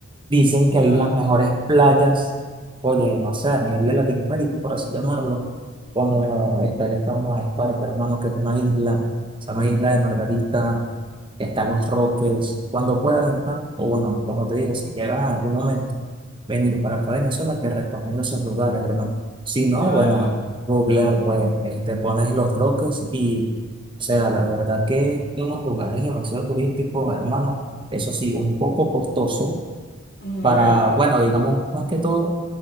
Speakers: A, on the right; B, on the left.
A: Dicen
B: Ya,
A: que hay las mejores playas, oye, no sé, a nivel de Latinoamérica, por así llamarlo, como está el estado de Esparta, hermano, que es una isla, se llama Isla de Margarita, están Los Roques, cuando puedas, hermano, o bueno, como te digo, si llegas a algún momento, venir para acá a Venezuela, te recomiendo esos lugares, hermano. Si no,
B: ya,
A: bueno, googlear, pues, eh, te pones Los Roques y, o sea, la verdad que unos lugares demasiado turísticos, hermano, eso sí, un poco costoso
B: mm,
A: para,
B: ok,
A: bueno, digamos, más que todo,